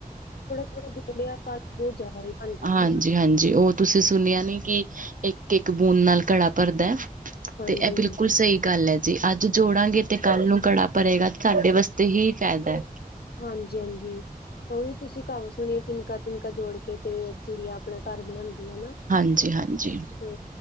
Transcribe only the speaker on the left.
ਥੋੜ੍ਹਾ ਜੋੜਿਆ ਕੱਲ ਬਹੁਤ ਜ਼ਿਆਦਾ ਵੀ ਬਣ ਜਾਏਗਾ
ਹਨਾ
ਹਾਂਜੀ
ਹਾਂਜੀ
ਹਾਂਜੀ, ਹਾਂਜੀ। ਉਹ ਵੀ ਤੁਸੀਂ ਕਹਾਵਤ ਸੁਣੀ ਤਿਨਕਾ-ਤਿਨਕਾ ਜੋੜ ਕੇ ਤੇ ਚਿੜੀਆ ਆਪਣਾ ਘਰ ਬਣਾਂਦੀ ਆ ਹਨਾ।
ਤੇ